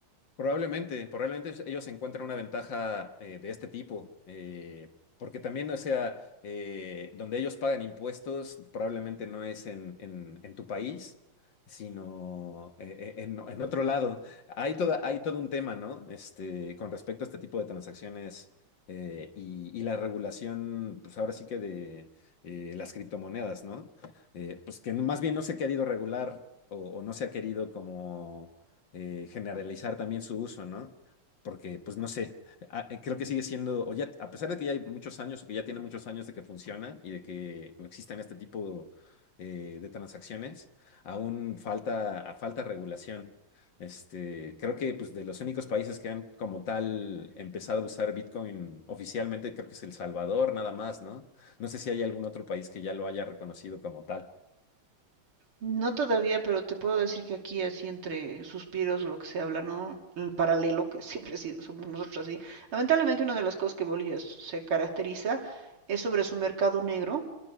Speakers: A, on the left; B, on the right.
A: Probablemente, probablemente ellos encuentran una ventaja eh, de este tipo, eh, porque también, o sea, eh, donde ellos pagan impuestos, probablemente no es en, en- en tu país, sino eh, eh, en, en otro lado. Hay toda, hay todo un tema, ¿no? Este, con respecto a este tipo de transacciones eh, y, y la regulación, pues ahora sí que de eh, las criptomonedas, ¿no? Eh, pues que más bien no se ha querido regular o, o no se ha querido como eh, generalizar también su uso, ¿no? Porque, pues no sé, a- eh, creo que sigue siendo, o ya, a pesar de que ya hay muchos años, o que ya tiene muchos años de que funciona y de que existen este tipo eh, de transacciones, aún falta, a- falta regulación. Este, creo que pues, de los únicos países que han como tal empezado a usar Bitcoin oficialmente, creo que es El Salvador, nada más, ¿no? No sé si hay algún otro país que ya lo haya reconocido como tal.
B: No todavía, pero te puedo decir que aquí así entre suspiros lo que se habla, ¿no? El paralelo, que <laughs> siempre sí, somos nosotros así. Lamentablemente una de las cosas que Bolivia se caracteriza es sobre su mercado negro,